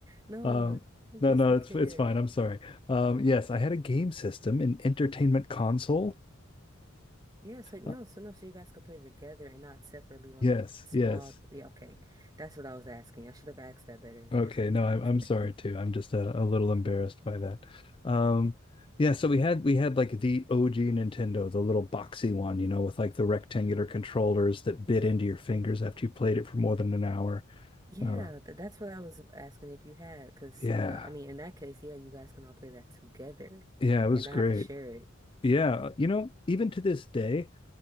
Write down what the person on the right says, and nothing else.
No,
I'm
just
a
kid.
Yeah, so no,
so no, so you guys could play together and not separately on
a small.
Yeah, okay. That's what I was asking. I should have asked that better.
<laughs>
Yeah,
th that's what I was asking if you had, because
I I mean, in that case, yeah, you guys can all play that together
and not
have to share it.